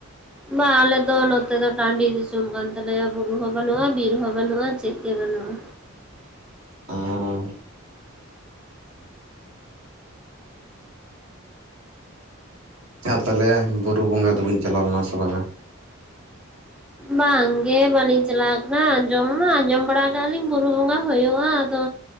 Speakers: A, in the centre; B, on the right.
A: ᱵᱟ ᱟᱞᱮ ᱫᱚ ᱱᱚᱛᱮ ᱫᱚ ᱴᱟᱺᱰᱤ ᱫᱤᱥᱚᱢ ᱠᱟᱱ ᱛᱟᱞᱮᱭᱟ ᱵᱩᱨᱩ ᱦᱚᱸ ᱵᱟᱹᱱᱩᱜ-ᱟ ᱵᱤᱨ ᱦᱚᱸ ᱵᱟᱹᱱᱩᱜ-ᱟ ᱪᱮᱫ ᱜᱮ ᱵᱟᱹᱱᱩᱜ-ᱟ᱾
B: ᱚᱸ ᱟᱨ ᱛᱟᱞᱦᱮ ᱵᱩᱨᱩ ᱵᱚᱸᱜᱟ ᱫᱚ ᱵᱤᱱ ᱪᱟᱞᱟᱣ ᱞᱮᱱᱟ ᱥᱮ ᱵᱟᱝᱟ?
A: ᱵᱟᱝᱜᱮ ᱵᱟᱹᱞᱤᱧ ᱪᱟᱞᱟᱣ ᱠᱟᱱᱟ ᱟᱸᱡᱚᱢ ᱢᱟ ᱟᱸᱡᱚᱢ ᱵᱟᱲᱟ ᱠᱟᱜ-ᱟ ᱞᱤᱧ ᱵᱩᱨᱩ ᱵᱚᱸᱜᱟ ᱦᱩᱭᱩᱜ-ᱟ ᱟᱫᱚ